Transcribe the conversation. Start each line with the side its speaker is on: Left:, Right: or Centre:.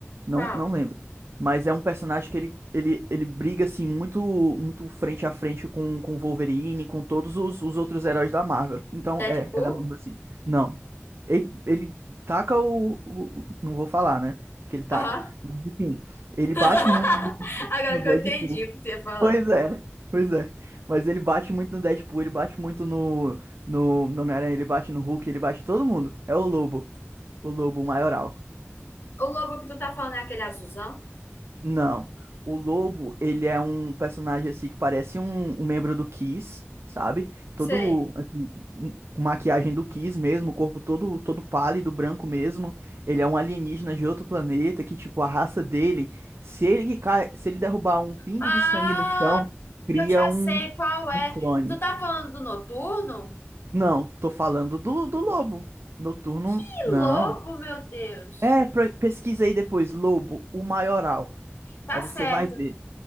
Right: Não,
Left: Qual?
Right: não lembro. Mas é um personagem que ele, ele, ele briga assim muito muito frente a frente com com o Wolverine, com todos os, os outros heróis da Marvel. Então
Left: Deadpool?
Right: é, é da Marvel assim. Não. Ele, ele taca o, o- o- não vou falar, né? Que ele taca.
Left: Aham.
Right: Mas, enfim, ele bate
Left: <laughs>
Right: muito no
Left: Agora
Right: no
Left: que
Right: Deadpool.
Left: eu entendi o que tu ia falar.
Right: Pois é, pois é. Mas ele bate muito no Deadpool, ele bate muito no, no, no Homem-Aranha, ele bate no Hulk, ele bate todo mundo. É o Lobo, o Lobo maioral.
Left: O lobo que tu tá falando é aquele azulzão?
Right: Não, o Lobo, ele é um personagem assim que parece um, um membro do Kiss, sabe?
Left: Sei.
Right: Todo, assim, um- com maquiagem do Kiss mesmo, o corpo todo, todo pálido, branco mesmo. Ele é um alienígena de outro planeta que, tipo, a raça dele, se ele, cai, se ele derrubar um pingo
Left: Ah,
Right: de sangue no chão, cria
Left: eu já
Right: um,
Left: sei qual é.
Right: um clone.
Left: Tu tá falando do noturno?
Right: Não, tô falando do, do lobo. Noturno,
Left: Que
Right: não.
Left: lobo, meu Deus.
Right: É, pre- pesquisa aí depois, lobo, o maioral.
Left: Tá
Right: Aí você
Left: certo.
Right: vai ver.